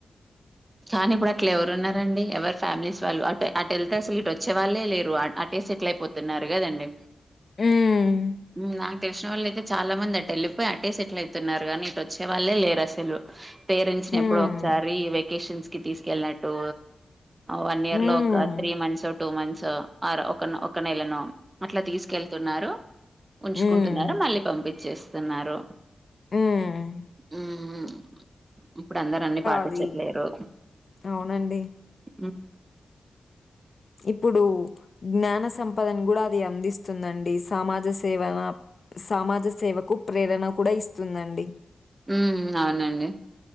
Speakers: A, on the right (about 25°); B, on the left (about 45°).
A: కానీ ఇప్పుడు అట్లా ఎవరు ఉన్నారండి ఎవరూ ఫ్యామిలీస్ వాళ్ళు అటు అటు వెళ్తే అసలు ఇటు వచ్చే వాళ్ళే లేరు అటే సెటిల్ అయిపోతున్నారు కదండి
B: హ్మ్.
A: హ్మ్ నా తెలిసిన వాళ్ళు అయితే చాలా మంది అట్ట వెళ్లిపోయి అట్టే సెటిల్ అవుతున్నారు కానీ ఇటు వచ్చే వాళ్ళే లేరు అసలు పేరెంట్స్
B: హ్మ్.
A: ని ఎప్పుడో ఒకసారి వెకేషన్స్ కి తీసుకెళ్ళినట్టు వన్ ఇయర్
B: హ్మ్.
A: లో ఒక త్రీ మంత్స్ ఓ టూ మంత్స్ ఆర్ ఒక ఒక నెలను అట్లా తీసుకెళ్తున్నారు ఉంచుకుంటున్నారు
B: హ్మ్.
A: మళ్ళీ పంపించేస్తున్నారు
B: మ్మ్
A: మ్మ్ ఇప్పుడు అందరు అన్ని పాటించట్లేరు
B: అది అవునండి
A: అ
B: ఇప్పుడు జ్ఞాన సంపదను కూడా అది అందిస్తుందండి సమాజ సేవలా సమాజ సేవకు ప్రేరణ కూడా ఇస్తుందండి
A: మ్మ్ అవునండి